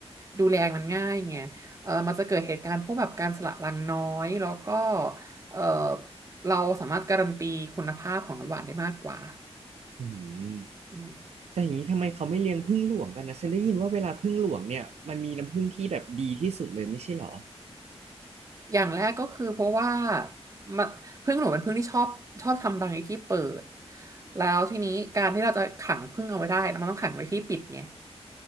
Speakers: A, on the right; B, on the right.
A: ดูแลมันง่ายไงเออมันจะเกิดเหตุการณ์พวกแบบการสละรังน้อยแล้วก็เออเราสามารถการันตีคุณภาพของน้ำหวานได้มากกว่า
B: อืม
A: อืม
B: แต่อย่างนี้ทำไมเขาไม่เลี้ยงผึ้งหลวงกันนะฉันได้ยินว่าเวลาผึ้งหลวงเนี่ยมันมีน้ำผึ้งที่แบบดีที่สุดเลยไม่ใช่เหรอ
A: อย่างแรกก็คือเพราะว่ามันผึ้งหนูเป็นผึ้งที่ชอบชอบทำรังในที่เปิดแล้วทีนี้การที่เราจะขังผึ้งเอาไว้ได้มันต้องขังไว้ที่ปิดไง